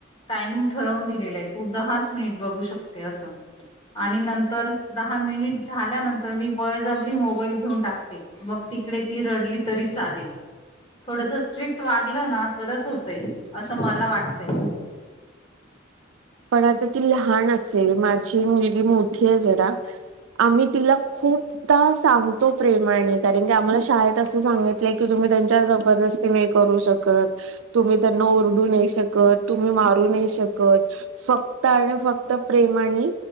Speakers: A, on the left; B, on the right.
A: टायमिंग ठरवून दिलेला आहे तू दहाच मिनिट बघू शकते असं आणि नंतर दहा मिनिट झाल्यानंतर मी बळजबरी मोबाईल घेऊन टाकते मग तिकडे ती रडली तरी चालेल थोडस स्ट्रिक्ट वागलं ना तरच होतंय असं मला वाटतंय
B: पण आता ती लहान असेल माझी मुलगी मोठी आहे जरा आम्ही तिला खूप खुुपदा सांगतो प्रेमाने कारण की आम्हाला शाळेत असं सांगितलंय कि तुम्ही त्यांच्यावर जबरदस्ती ते करू शकत तुम्ही त्यांना ओरडू नाही शकत तुम्ही मारू नाही शकत फक्त आणि फक्त प्रेमाने